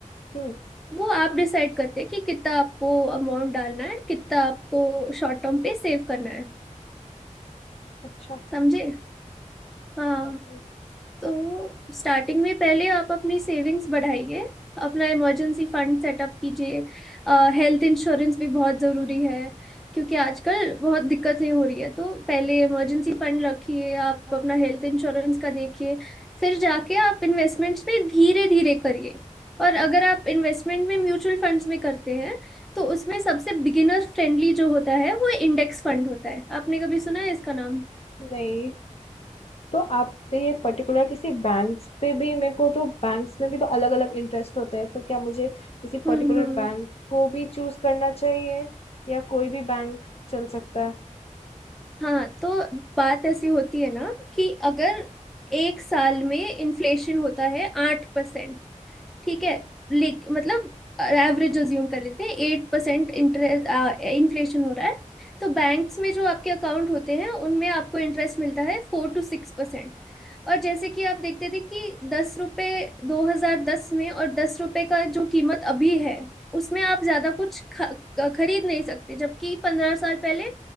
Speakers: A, on the left; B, in the centre.
A: हम्म
B: वो आप डिसाइड करते हैं कि कितना आपको अमाउंट डालना है कितना आपको शॉर्ट टर्म पे सेव करना है
A: अच्छा
B: समझे हाँ
A: okay,
B: तो स्टार्टिंग में पहले आप अपनी सेविंग्स बढ़ाइए अपना इमरजेंसी फंड सेटअप कीजिए हेल्थ इंश्योरेंस भी बहुत ज़रूरी है क्योंकि आजकल बहुत दिक्कतें हो रही है तो पहले इमरजेंसी फंड रखिए आप अपना हेल्थ इंश्योरेंस का देखिए फिर जाके आप इन्वेस्टमेंट्स में धीरे धीरे करिए और अगर आप इन्वेस्टमेंट में म्यूचुअल फंड्स में करते हैं तो उसमें सबसे बिगिनर फ्रेंडली जो होता है वो इंडेक्स फंड होता है आपने कभी सुना है इसका नाम
A: नहीं तो आप ये पर्टिकुलर किसी बैंक्स पे भी मेरे को तो बैंक्स में भी तो अलग अलग इंटरेस्ट होते हैं तो क्या मुझे किसी पर्टिकुलर
B: हम्म हम्म
A: बैंक को भी चूज करना चाहिए या कोई भी बैंक चल सकता है
B: हाँ तो बात ऐसी होती है ना कि अगर एक साल में इन्फ्लेशन होता है आठ परसेंट ठीक है लेक मतलब एवरेज अज्यूम कर लेते हैं एट परसेंट इंटरेस्ट इन्फ्लेशन हो रहा है तो बैंक्स में जो आपके अकाउंट होते हैं उनमें आपको इंटरेस्ट मिलता है फोर टू सिक्स परसेंट और जैसे कि आप देखते थे कि दस रुपए दो हजार दस में और दस रुपए का जो कीमत अभी है उसमें आप ज्यादा कुछ ख- खरीद नहीं सकते जबकि पंद्रह साल पहले